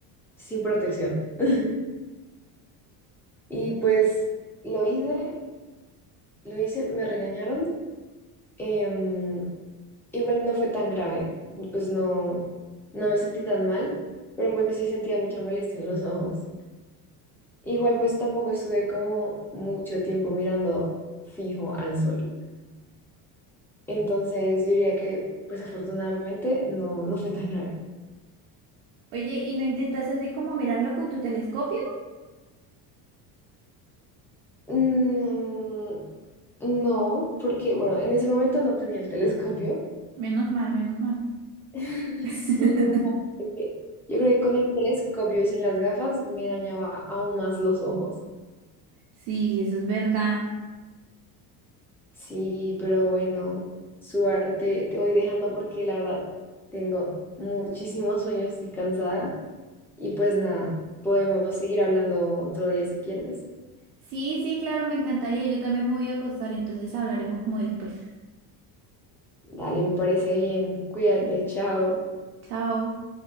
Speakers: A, in the centre; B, on the right.
A: sin protección. <laughs> Y pues lo hice, lo hice, me regañaron. em, Igual no fue tan grave, pues no, no me sentí tan mal, pero pues sí sentía mucha molestia en los ojos. Igual pues tampoco estuve como mucho tiempo mirando fijo al sol. Entonces yo diría que pues afortunadamente no, no fue tan grave.
B: <laughs> Oye, ¿y no intentas así como mirarlo con tu telescopio?
A: No, no, porque bueno, en ese momento no tenía el telescopio.
B: Menos mal, menos mal.
A: <laughs> Sí,
B: <laughs>
A: menos mal que- yo creo que con el telescopio y sin las gafas me dañaba aún más los ojos.
B: Sí, eso es verdad.
A: Sí, pero bueno, su arte te voy dejando porque la verdad tengo muchísimos sueños y cansada. Y pues nada, podemos seguir hablando otro día si quieres.
B: Sí, sí, claro, me encantaría. Yo también me voy a acostar, entonces hablaremos como después.
A: Dale, me parece bien. Cuídate, chao.
B: Chao.